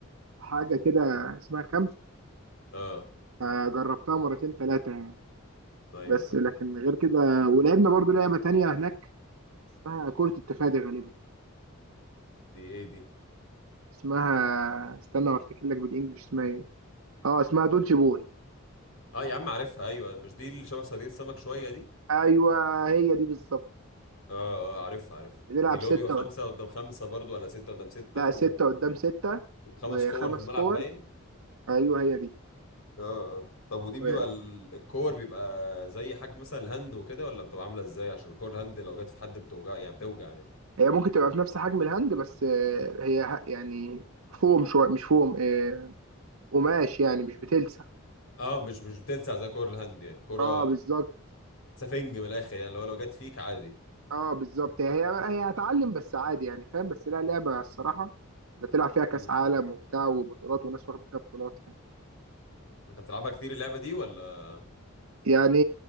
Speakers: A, on the right (about 85°); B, on the left (about 80°).
A: حاجه كده اسمها كامب
B: اه
A: آه، جربتها مرتين ثلاثه يعني
B: ايوه
A: بس
B: فاهم
A: لكن غير كده ولعبنا برضو لعبه تانية هناك اسمها كره التفادي غالبا
B: دي ايه دي
A: اسمها استنى وافتكر لك بالانجلش اسمها ايه اه اسمها دودج بول
B: اه يا عم عارفها ايوه مش دي اللي شبه صيادين السمك شويه دي
A: ايوه هي دي بالظبط
B: اه اه عارفها عارفها
A: بنلعب
B: دي اللي
A: ستة
B: هو بيبقى خمسه
A: قد...
B: قدام خمسه برضه ولا سته قدام سته
A: لا
B: و...
A: ستة قدام ستة
B: وخمس
A: وخمس
B: كور في الملعب
A: كور
B: باين
A: ايوه هي دي
B: اه طب ودي
A: و...
B: بيبقى ال- الكور بيبقى زي حجم مثلا الهاند وكده ولا بتبقى عامله ازاي عشان كور الهاند لو جت في حد بتوجع يعني بتوجع يعني
A: هي ممكن تبقى في نفس حجم الهاند بس آه، هي ه- يعني فوم شوية مش فوم آه، قماش يعني مش بتلسع
B: اه مش مش بتلسع زي كور الهاند يعني كرة
A: اه بالظبط
B: سفنج من الاخر يعني لو لو جت فيك عادي
A: اه بالظبط هي هي هتعلم بس عادي يعني فاهم بس لا لعبة الصراحة بتلعب فيها كأس
B: مم.
A: عالم وبتاع وبطولات وناس واخدة فيها بطولات يعني
B: انت بتلعبها كتير اللعبه دي ولا
A: يعني